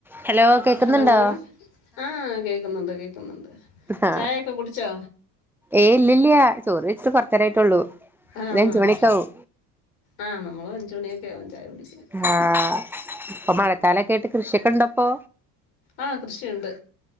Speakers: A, in the centre; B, on the left.
A: hello കേക്കുന്നുണ്ടോ
B: Hello ആ കേക്കുന്നുണ്ട് കേക്കുന്നുണ്ട്
A: ഹ
B: ചായയൊക്കെ കുടിച്ചോ
A: ഏയ്‌ ഇല്ലല്ല ചോറയ്ച്ച് കുറച്ചേനേരം ആയിട്ടൊള്ളും
B: ആഹ്
A: ഇഞ്ഞി അഞ്ചു
B: ആഹ്
A: മണി ഒക്കെ ആകും
B: ആഹ് നമ്മള് അഞ്ച് മണിയൊക്കെ ആകും ചായ കുടിക്കാൻ
A: ആ ഇപ്പൊ മഴക്കാലം കേട്ട് കൃഷി ഒക്കെ ഇണ്ടപ്പോ
B: ആ കൃഷി ഉണ്ട്